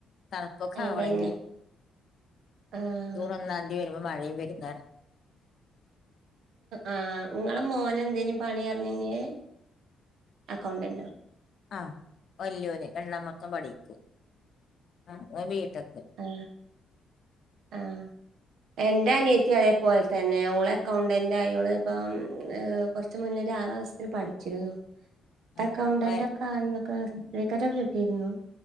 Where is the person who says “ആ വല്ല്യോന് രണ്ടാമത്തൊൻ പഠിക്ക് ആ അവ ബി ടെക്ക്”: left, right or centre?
Left